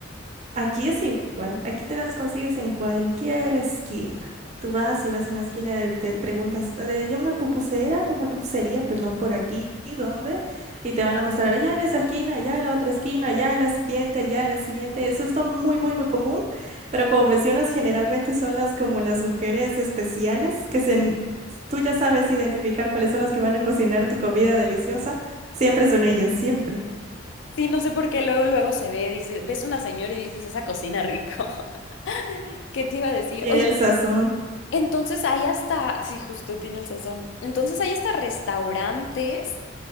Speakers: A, on the right; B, on the left.
A: Aquí es igual, aquí te las consigues en cualquier esquina. Tú vas y vas a una esquina de, te preguntas, "Ah, de, ya una pupusera, una pupusería, perdón, por aquí, ¿y dónde? Y te van a mostrar allá en esa esquina, allá en la otra esquina, allá en la siguiente, allá en la siguiente. Eso es lo muy, muy, muy común, pero como mencionas, generalmente son las como las mujeres especiales que se, en- tú ya sabes identificar cuáles son las que van a cocinar tu comida deliciosa. Siempre son ellas, siempre.
B: Sí, no sé por qué luego, luego se ve, dice, ves una señora y dices, esa cocina rico. <laughs> ¿Qué te iba a decir?
A: Tiene
B: Oye,
A: el sazón,
B: Entonces hay hasta, sí, justo tiene el sazón. Entonces hay hasta restaurantes